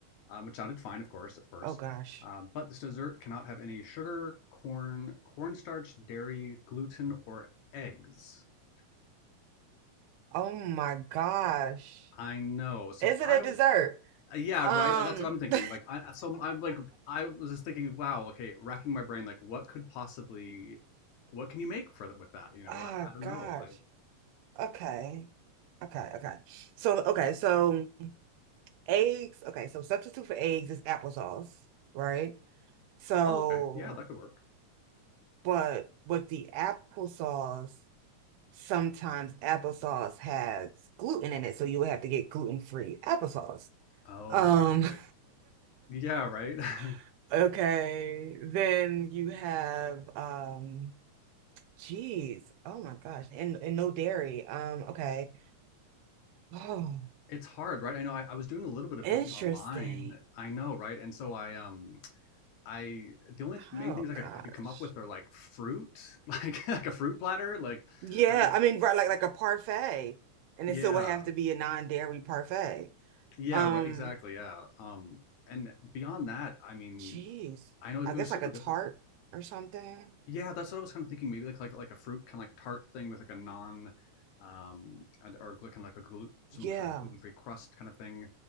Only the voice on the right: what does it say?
Oh gosh.
Oh my gosh.
Is it
a
dessert?
Um.
<laughs>
Ah,
gosh.
Okay. Okay. Okay. So, okay. So, eggs. Okay. So, substitute for eggs is applesauce, right? So,
but with the applesauce, sometimes applesauce has gluten in it, so you would have to get gluten-free applesauce.
Um,
<laughs> okay, then you have um geez, oh my gosh, and, and no dairy. Um, okay. Oh,
interesting.
Oh
gosh.
Yeah,
I mean, right, like like a parfait. And
it still would have to be a non-dairy parfait.
Um,
geez.
I
guess
like a
tart or something.
Yeah.